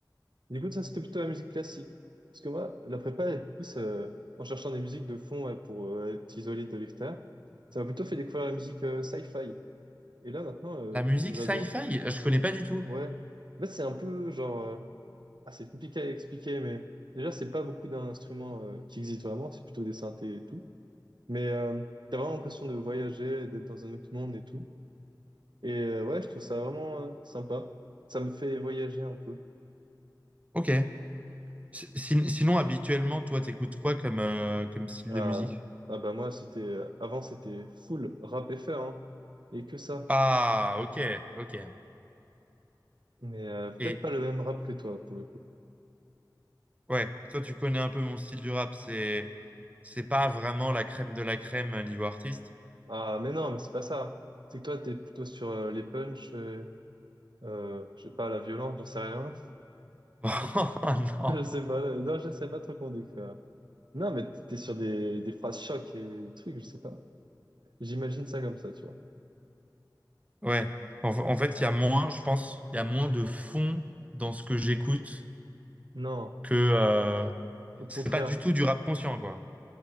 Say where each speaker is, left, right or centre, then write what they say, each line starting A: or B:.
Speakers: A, on the right (about 80°); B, on the right (about 20°).
A: Du coup, ça, c'était plutôt la musique classique. Parce que moi, la prépa, elle pousse euh, en cherchant des musiques de fond ouais, pour euh, être isolé de l'extérieur. Ça m'a plutôt fait découvrir la musique euh, sci-fi. Et là, maintenant, euh,
B: La musique
A: j'adore.
B: sci-fi, je connais pas du tout.
A: Ouais. En fait, c'est un peu genre. euh, Ah, c'est compliqué à expliquer, mais déjà, c'est pas beaucoup d'instruments euh, qui existent vraiment, c'est plutôt des synthés et tout. Mais euh, t'as vraiment l'impression de voyager, d'être dans un autre monde et tout. Et euh, ouais, je trouve ça vraiment euh, sympa. Ça me fait voyager un peu.
B: Ok. Sin- Sinon, habituellement, toi, t'écoutes quoi comme, euh, comme style
A: Ah,
B: de musique?
A: ah bah moi, c'était. euh, Avant, c'était full rap FR, hein, et que ça.
B: Ah, ok, ok.
A: Mais euh, peut-être
B: Et
A: pas le même rap que toi, pour le coup.
B: ouais, toi, tu connais un peu mon style du rap. C'est, c'est pas vraiment la crème de la crème euh, niveau artiste. <laughs>
A: Ah, mais non, mais c'est pas ça. C'est que toi, t'es plutôt sur euh, les punchs. Euh, je sais pas, la violence, j'en sais rien.
B: Oh, non.
A: <laughs> Je sais pas, là, non, je sais pas trop comment décrire. Non, mais t'es sur des, des phrases choc et des trucs, je sais pas. J'imagine ça comme ça, tu vois.
B: Ouais. En, en fait, il y a moins, je pense, il y a moins de fond dans ce que j'écoute
A: Non,
B: que euh,
A: au contraire.
B: c'est pas du tout du rap conscient, quoi.